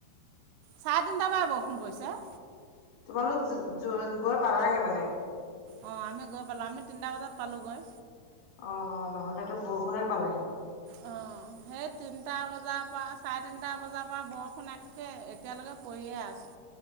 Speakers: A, on the right; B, on the left.
A: চাৰে তিটাৰ পৰা বৰষুণ পৰিছে।
B: তোমালোক, গৈ পালাগে মানে?
A: অ', আমি গৈ পালোঁ আমি তিনটা বজাত পালোঁ গৈ।
B: অ, হয়, নহ'লেতো বৰষুণে পালে হয়। <unintelligible>
A: অঁ সেই তিনিটা বজাৰ পৰা চাৰে তিনিটা বজাৰ পৰা বৰষুণ একে এতিয়ালৈকে পৰিয়ে আছে।